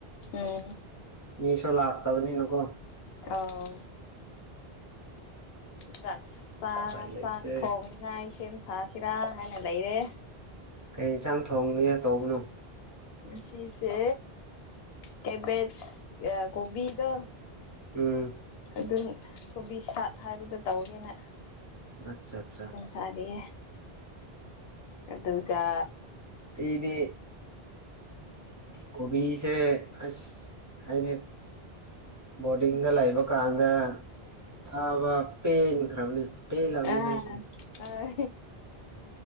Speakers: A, on the left; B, on the right.
A: ꯑꯧ
B: ꯃꯤꯁꯨ ꯂꯥꯛꯇꯕꯅꯤꯅꯀꯣ
A: ꯑꯧ ꯆꯥꯛꯆꯥ
B: ꯎꯄꯥꯏ ꯂꯩꯇꯦ
A: ꯆꯥꯛ ꯊꯣꯡꯅꯤꯉꯥꯏ ꯁꯦꯝ ꯁꯥꯁꯤꯔꯥ ꯍꯥꯏꯅ ꯂꯩꯔꯦ
B: ꯀꯩ ꯌꯦꯟꯁꯥꯡ ꯊꯣꯡꯅꯤꯉꯥꯏ ꯇꯧꯕꯅꯣ
A: ꯉꯁꯤꯁꯦ ꯀꯦꯕꯦꯖ ꯑ ꯀꯣꯕꯤꯗꯣ
B: ꯎꯝ
A: ꯑꯗꯨꯅꯤ ꯀꯣꯕꯤ ꯁꯥꯛ ꯍꯥꯏꯕꯗꯣ ꯇꯧꯒꯦꯅ
B: ꯑꯆꯥ ꯆꯥ
A: ꯁꯥꯔꯦ ꯑꯗꯨꯗ
B: ꯄꯤꯗꯤ ꯀꯣꯕꯤꯁꯦ ꯑꯁ ꯍꯥꯏꯗꯤ ꯕꯣꯔꯗꯤꯡꯗ ꯂꯩꯕ ꯀꯥꯟꯗ ꯆꯥꯕ ꯄꯦꯟꯈ꯭ꯔꯕꯅꯤ ꯄꯦꯜꯂꯕꯅꯤ
A: ꯑꯥ
B: ꯍꯥꯏꯁꯤꯅꯤ
A: ꯍꯣꯏ